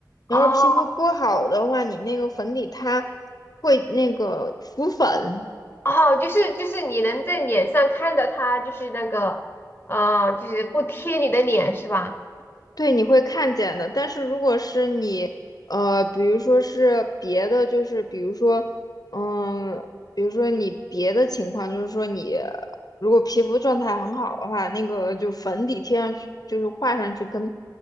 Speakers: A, on the left; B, on the left.
A: 你要是皮肤不好的话，
B: 哦
A: 你那个粉底它会那个浮粉，
B: 哦，就是就是你能在脸上看到它，就是那个呃，就是不贴你的脸是吧？
A: 对，你会看见的。但是如果是你，呃，比如说是别的，就是比如说，嗯，比如说你别的情况，就是说你如果皮肤状态很好的话，那个就粉底贴上去，就是画上去跟